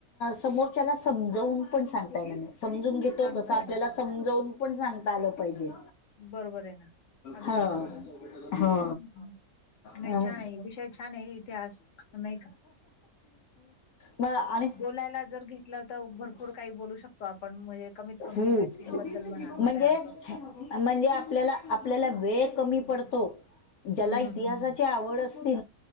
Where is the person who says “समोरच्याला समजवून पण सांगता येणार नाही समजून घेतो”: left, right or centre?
Left